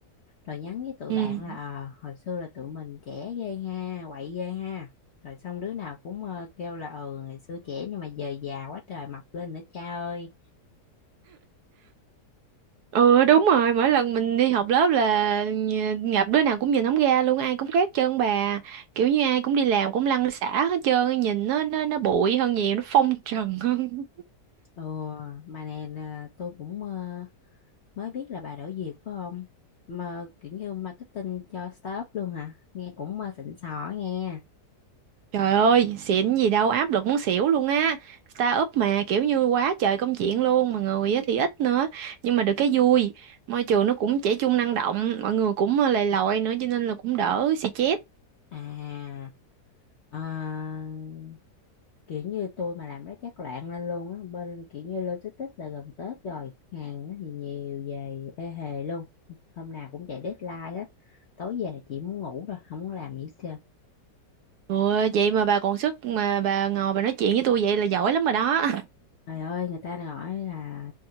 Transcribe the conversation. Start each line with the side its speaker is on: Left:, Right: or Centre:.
Left: rồi nhắn với tụi
Right: Ừ.
Left: bạn là ờ, hồi xưa là tụi mình trẻ ghê ha, quậy ghê ha. Rồi xong đứa nào cũng ờ, kêu là ừ ngày xưa trẻ nhưng mà giờ già quá trời mập lên nữa cha ơi.
Right: Ừ đúng rồi, mỗi lần mình đi học lớp là nh- gặp đứa nào cũng nhìn không ra luôn, ai cũng khác trơn bà. Kiểu như ai cũng đi làm cũng lăn xả hết trơn, nhìn nó nó nó bụi hơn nhiều, nó phong trần <laughs> hơn.
Left: Ừ mà nè nè, tôi cũng ờ, mới biết là bà đổi việc phải không? Mà kiểu như marketing cho startup luôn hả? Nghe cũng ờ, xịn sò á nghe.
Right: Trời ơi, xịn gì đâu, áp lực muốn xỉu luôn á. Startup mà kiểu như quá trời công chuyện luôn mà người á thì ít nữa, nhưng mà được cái vui. Môi trường nó cũng trẻ trung năng động, mọi người cũng ờ, lầy lội nữa cho nên là cũng đỡ xì chét.
Left: À ờ, kiểu như tôi mà làm nó chắc loạn lên luôn á bên kiểu như logistics là gần Tết rồi hàng á thì nhiều về ê hề luôn hôm nào cũng chạy deadline hết tối về là chỉ muốn ngủ rồi không muốn làm gì hết trơn
Right: Ừ, vậy mà bà còn sức mà bà ngồi bà nói chuyện với tôi vậy là giỏi lắm rồi đó.
Left: trời ơi người ta gọi là